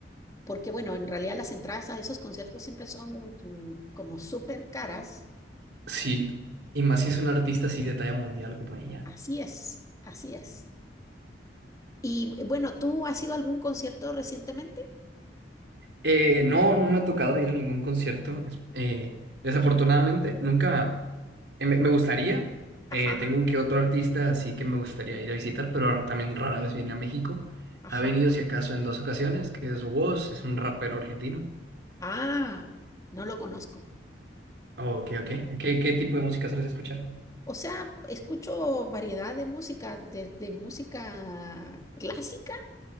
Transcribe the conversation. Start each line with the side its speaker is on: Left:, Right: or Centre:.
Left: Porque bueno, en realidad las entradas a esos conciertos siempre son mm, como súper caras.
Right: Sí, y más si es un artista así de talla mundial como ella.
Left: Así es, así es. Y eh, bueno, ¿tú has ido a algún concierto recientemente?
Right: Eh, no, no me ha tocado ir a ningún concierto. es- eh, desafortunadamente, nunca. eh, me, me gustaría.
Left: Ajá,
Right: eh, tengo un que otro artista así que me gustaría ir a visitar, pero también rara vez viene a México.
Left: ajá.
Right: Ha venido, si acaso, en dos ocasiones, que es Woz, es un rapero argentino.
Left: Ah, no lo conozco.
Right: Oh, ok, ok. ¿Qué, qué tipo de música sueles escuchar?
Left: O sea, escucho variedad de música, desde música clásica